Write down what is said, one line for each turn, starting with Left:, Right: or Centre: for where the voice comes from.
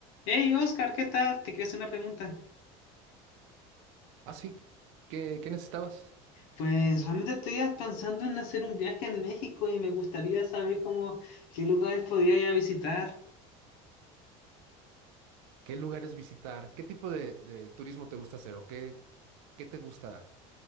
Left: Hey Oscar, ¿qué tal? Te quería hacer una pregunta.
Right: Así que, ¿qué necesitabas?
Left: Pues realmente estoy pensando en hacer un viaje en México y me gustaría saber cómo, qué lugares podría ir a visitar.
Right: ¿Qué lugares visitar? ¿Qué tipo de, de turismo te gusta hacer? ¿O qué, qué te gusta